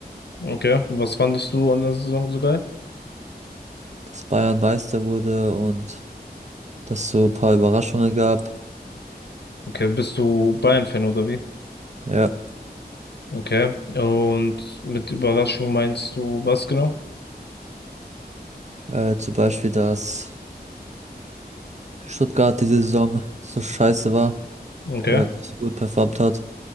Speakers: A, on the left; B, on the right.
A: Okay. Was fandest du an der Saison so geil?
B: dass Bayern Meister wurde und dass so ein paar Überraschungen gab.
A: Okay, bist du Bayern-Fan oder wie?
B: Ja,
A: Okay. Und mit Überraschung meinst du was genau?
B: äh, zum Beispiel, dass Stuttgart diese Saison so scheiße war
A: Okay.
B: oder halt nicht so gut performt hat.